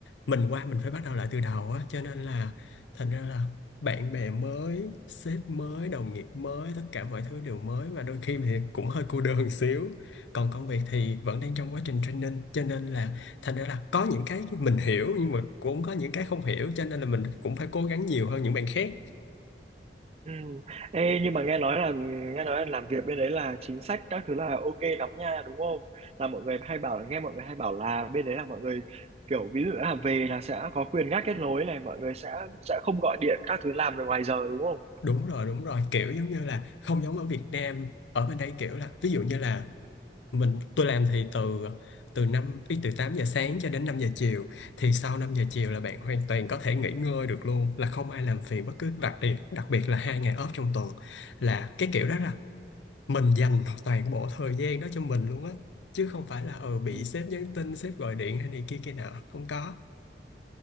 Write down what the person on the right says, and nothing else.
Ừ. Ê, nhưng mà nghe nói là nghe nói là làm việc bên đấy là chính sách các thứ là ok lắm nha đúng không? Là mọi người hay bảo là nghe mọi người hay bảo là bên đấy là mọi người kiểu ví dụ là về là sẽ có quyền ngắt kết nối này mọi người sẽ sẽ không gọi điện các thứ làm được ngoài giờ đúng không?
Ừ.